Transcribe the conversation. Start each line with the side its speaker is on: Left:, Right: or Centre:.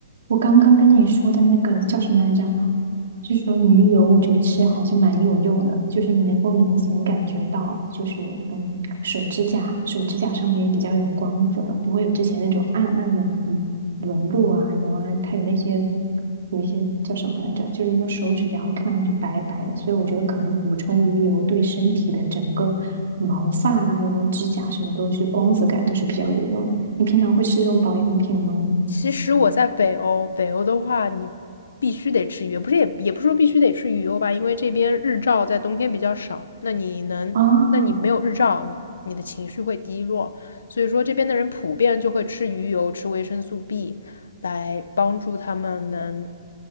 Right: 我刚刚跟你说的那个叫什么来着？就是说鱼油，我觉得吃还是蛮有用的，就是你能够明显感觉到，就是嗯，手指甲手指甲上面也比较有光泽，不会有之前那种暗暗的纹路啊，然后它有那些有一些叫什么来着？就是说手指甲会看上去白白的，所以我觉得可能补充鱼油对身体的整个毛发啊，然后指甲什么都是光泽感都是比较有用的。你平常会吃这种保养品吗？
Left: 其实我在北欧，北欧的话，你必须得吃鱼，不是也也不是说必须得吃鱼油吧，因为这边日照在冬天比较少，那你能，
Right: 啊。
Left: 那你没有日照，你你的情绪会低落，所以说这边的人普遍就会吃鱼油，吃维生素 B，来帮助他们能